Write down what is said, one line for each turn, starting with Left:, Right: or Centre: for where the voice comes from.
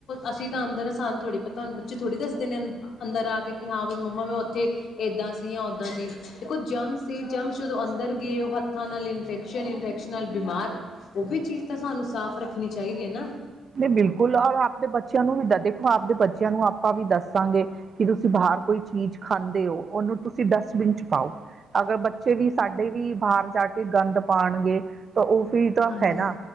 Left: ਅਸੀਂ ਤਾਂ ਅੰਦਰ ਸਾਨੂੰ ਥੋੜੀ ਪਤਾ ਹੁਣ ਬੱਚੇ ਥੋੜੀ ਦੱਸ ਨੇ ਅੰਦਰ ਆ ਕੇ ਹਾਂ ਵੀ ਮੰਮਾ ਮੈਂ ਉੱਥੇ ਏਦਾਂ ਸੀ ਜਾਂ ਓਦਾਂ ਸੀ ਦੇਖੋ ਜਮਸ ਜਮਸ ਜਦੋਂ ਅੰਦਰ ਗਏ ਉਹ ਹੱਥਾਂ ਨਾਲ ਇਨਫੈਕਸ਼ਨ ਇਨਫੈਕਸ਼ਨ ਨਾਲ ਬਿਮਾਰ ਉਹ ਵੀ ਚੀਜ਼ ਤਾਂ ਸਾਨੂੰ ਸਾਫ਼ ਰੱਖਣੀ ਚਾਹੀਦੀ ਹੈ ਨਾ
Right: ਨਹੀਂ ਬਿਲਕੁਲ ਔਰ ਆਪਦੇ ਬੱਚਿਆਂ ਨੂੰ ਵੀ ਦ- ਦੇਖੋ ਆਪਦੇ ਬੱਚਿਆਂ ਨੂੰ ਆਪਾਂ ਵੀ ਦੱਸਾਂਗੇ। ਕੀ ਤੁਸੀਂ ਬਾਹਰ ਕੋਈ ਚੀਜ਼ ਖਾਂਦੇ ਹੋ। ਉਹਨੂੰ ਤੁਸੀਂ ਡਸਟਮੀਨ ਚ ਪਾਓ। ਅਗਰ ਬੱਚੇ ਵੀ ਸਾਡੇ ਵੀ ਬਾਹਰ ਜਾ ਕੇ ਗੰਦ ਪਾਣਗੇ। ਤਾਂ ਉਹ ਫਿਰ ਤਾਂ
Left: ਹਾਂਜੀ।
Right: ਹੈ ਨਾ